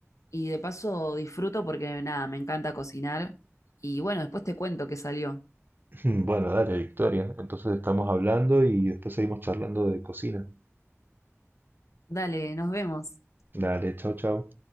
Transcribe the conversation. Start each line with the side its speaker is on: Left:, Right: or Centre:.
Left: y de paso disfruto porque nada, me encanta cocinar y bueno, después te cuento qué salió.
Right: <laughs> Bueno, dale, Victoria. Entonces estamos hablando y después seguimos charlando de cocina.
Left: Dale, nos vemos.
Right: Dale, chao, chao.